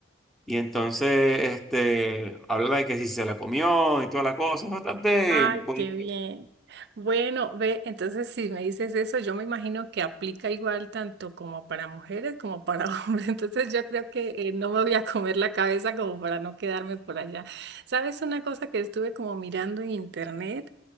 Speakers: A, in the centre; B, on the right (about 55°).
A: Y entonces, este, habla de que si se la comió y toda la cosa, es bastante...
B: Ay,
A: pues,
B: qué bien. Bueno, ve, entonces si me dices eso, yo me imagino que aplica igual tanto como para mujeres como para <laughs> hombres. Entonces yo creo que eh, no me voy a comer la cabeza como para no quedarme por allá. ¿Sabes una cosa que estuve como mirando en internet?